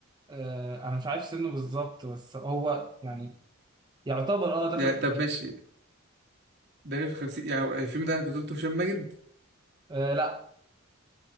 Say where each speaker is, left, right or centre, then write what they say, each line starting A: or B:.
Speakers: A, on the right (about 20°); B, on the right (about 55°).
A: آه، انا مش عارف سنه بالظبط بس هو يعني يعتبر اه داخل
B: يعني
A: في
B: طب
A: الخ...
B: ماشي دانيال في الخمسين يعني هو الفيلم ده بطولته هشام ماجد
A: آه، لا